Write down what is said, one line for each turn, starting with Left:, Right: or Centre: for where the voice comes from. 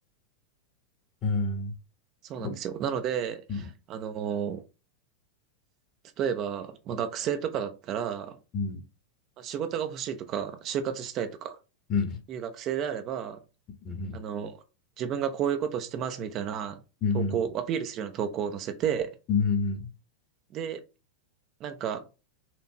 Left: うん。
Right: そうなんですよ。
Left: う
Right: なので、
Left: ん。
Right: あの、例えば、まあ、学生とかだったら、ま
Left: うん。
Right: あ仕事が欲しいとか、就活したいとか
Left: うん
Right: いう学生であれば、
Left: うん、
Right: あの、自分がこういうことをしてますみたいな投稿、
Left: うん、
Right: アピールするような投稿を載せて、
Left: うん、
Right: で、なんか、